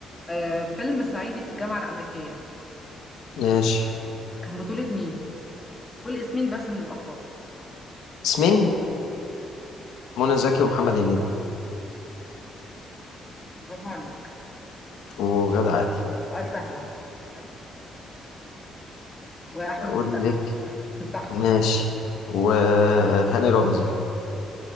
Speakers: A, on the left (about 20°); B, on the left (about 85°).
A: آه فيلم صعيدي في الجامعة الأمريكية
B: ماشي
A: كان بطولة مين؟ قول اسمين بس من الأبطال
B: اسمين منى زكي ومحمد
A: اه
B: هنيدي
A: برافو عليك
B: وغادة عادل
A: سؤال سهل اهو يلا. وأحمد
B: أقول
A: السقا
B: لك
A: <laughs> صح
B: ماشي وهاني رمزي